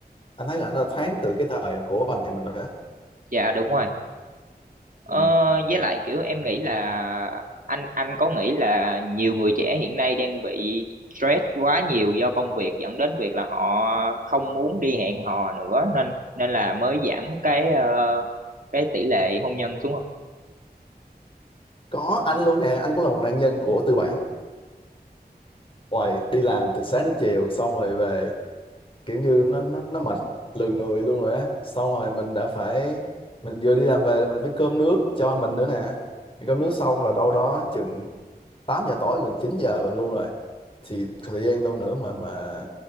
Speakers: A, on the left; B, on the right.
A: anh thấy là nó thoáng từ cái thời của ba mẹ mình rồi đó
B: dạ đúng rồi ờ,
A: ừ.
B: với lại kiểu em nghĩ là anh anh có nghĩ là nhiều người trẻ hiện nay đang bị stress quá nhiều do công việc dẫn đến việc là họ không muốn đi hẹn hò nữa nên nên là mới giảm cái ờ, cái tỷ lệ hôn nhân xuống
A: có anh luôn nè anh cũng là một nạn nhân của tư bản hoài đi làm từ sáng đến chiều xong rồi về kiểu như nó nó nó mệt lừ người luôn rồi á xong rồi mình đã phải mình vừa đi làm về là mình phải cơm nước cho mình nữa nè cơm nước xong là đâu đó chừng 8 giờ tối gần 9 giờ luôn rồi thì có thời gian đâu nữa mà mà